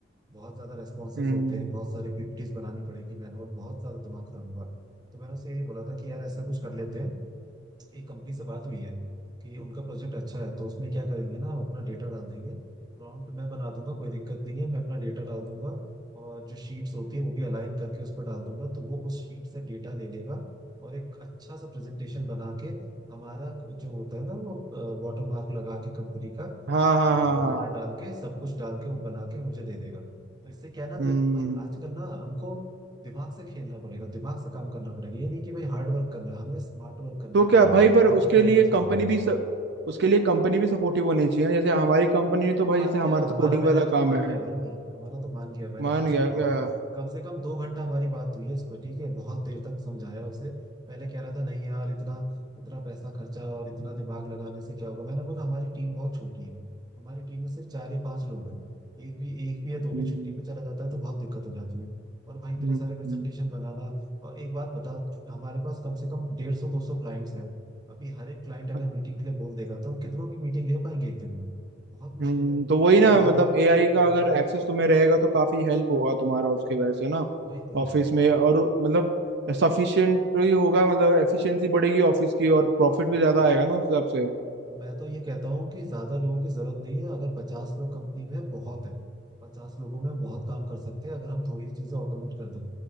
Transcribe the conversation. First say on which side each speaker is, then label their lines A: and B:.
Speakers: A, on the right; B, on the right.
A: बहुत ज्यादा रेस्पॉन्सेज
B: हम्म
A: होते हैं बहुत सारी पीपीटीज बनानी पड़ेगी मैनुअल बहुत ज्यादा दिमाग खराब होगा तो मैंने उससे यही बोला था कि यार ऐसा कुछ कर लेते हैं एक कंपनी से बात हुई है कि उनका प्रोजेक्ट अच्छा है तो उसमें क्या करेंगे ना हम अपना डेटा डाल देंगे प्रॉम्प्ट मैं बना दूंगा कोई दिक्कत नहीं है मैं अपना डेटा डाल दूंगा और जो शीट्स होती है वो भी अलाइन करके उस पर डाल दूंगा तो वो उस शीट से डेटा ले लेगा और एक अच्छा सा प्रेजेंटेशन बना के हमारा जो होता है ना वो वाटर मार्क लगा के कंपनी का
B: हाँ हाँ
A: हेडर
B: हाँ हाँ
A: वेडर डाल के सब कुछ डाल के वो बना के मुझे दे देगा तो इससे क्या है ना देख
B: हम्म
A: भाई आजकल ना हमको दिमाग से खेलना पड़ेगा दिमाग से काम करना पड़ेगा ये नहीं कि भाई हार्ड वर्क करना है हमें स्मार्ट वर्क करना
B: तो
A: पड़ेगा
B: क्या भाई पर उसके
A: तभी टाइम
B: लिए
A: बचेगा
B: कंपनी भी स, उसके लिए कंपनी भी सपोर्टिव होनी चाहिए ना जैसे हमारी कंपनी ने तो
A: वो
B: भाई
A: मान
B: जैसे हमारा
A: गया हमारा
B: तो कोडिंग
A: मैनेजर
B: वाला
A: तो
B: काम
A: मान
B: है
A: गया भाई हमारा तो मान गया मैंने
B: मान
A: उसको
B: गया
A: बहुत
B: क्या
A: देर कम से कम दो घंटा हमारी बात हुई है उसको ठीक है बहुत देर तक समझाया उसे पहले कह रहा था नहीं यार इतना इतना पैसा खर्चा और इतना दिमाग लगाने से क्या होगा मैंने बोला हमारी टीम बहुत छोटी है हमारी टीम में सिर्फ चार या पांच लोग हैं एक भी एक भी या दो
B: हम्म
A: भी छुट्टी पे चला जाता है तो बहुत दिक्कत हो जाती है और भाई इतने
B: हम्म
A: सारे प्रेजेंटेशन
B: हम्म।
A: बनाना और एक बात बता हमारे पास कम से कम डेढ़ सौ दो सौ क्लाइंट्स हैं अभी हर एक क्लाइंट अगर
B: अच्छा,
A: मीटिंग के लिए बोल देगा तो हम कितनों की मीटिंग ले पाएंगे एक दिन में बहुत मुश्किल
B: हम्म,
A: है
B: तो वही ना
A: और अगर
B: मतलब
A: आप
B: एआई का
A: हाँ
B: अगर एक्सेस तुम्हें रहेगा तो काफी हेल्प होगा तुम्हारा उसकी वजह से ना
A: वही तो
B: ऑफिस में और मतलब सफिशिएंट ही होगा मतलब एफिशिएंसी बढ़ेगी ऑफिस की और प्रॉफिट भी
A: हाँ,
B: ज्यादा आएगा ना उस हिसाब से
A: तो मैं तो ये कहता हूँ कि ज्यादा लोगों की जरूरत नहीं है अगर पचास लोग कंपनी में बहुत है पचास लोगों में हम बहुत काम कर सकते हैं अगर हम थोड़ी चीजें ऑटोमेट कर दें